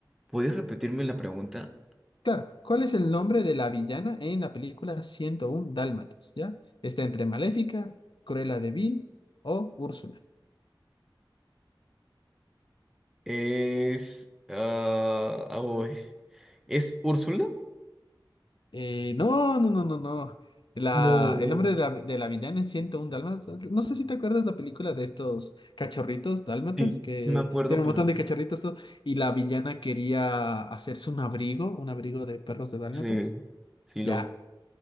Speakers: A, in the centre; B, on the left.
A: ¿podrías repetirme la pregunta?
B: Claro, ¿cuál es el nombre de la villana en la película 101 Dálmatas? ¿Ya? Está entre Maléfica, Cruella de Vil o Úrsula.
A: Es... ah, ah, uy. ¿Es Úrsula?
B: Eh, no, no, no, no, no. La,
A: No,
B: el nombre de la, de la villana en 101 Dálmatas. No sé si te acuerdas la película de estos cachorritos dálmatas
A: Sí,
B: que
A: sí me Mm, acuerdo,
B: tienen
A: pero
B: un montón de cachorritos todo, y la villana quería hacerse un abrigo, un abrigo de perros de dálmatas.
A: sí, sí lo...
B: Ya,